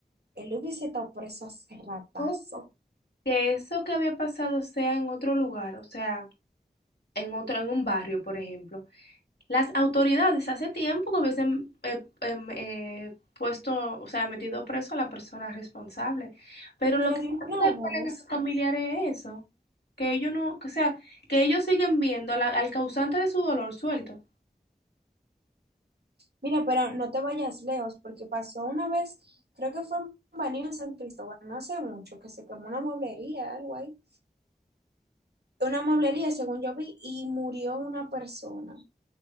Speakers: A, on the right; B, on the left.
A: él hubiese estado preso hace ratazo,
B: no que eso que había pasado sea en otro lugar, o sea, en otro, en un barrio, por ejemplo. Las autoridades hace tiempo que hubiesen eh, em, eh, puesto, o sea, metido preso a la persona responsable. Pero
A: pero
B: lo que
A: de
B: más
A: una
B: le
A: vez.
B: duele a esos familiares es eso, que ellos no, que, o sea, que ellos siguen viendo a la- al causante de su dolor suelto.
A: Mira, pero no te vayas lejos, porque pasó una vez, creo que fue en Baní en San Cristóbal, no hace mucho, que se quemó una mueblería, algo ahí. Una mueblería, según yo vi, y murió una persona.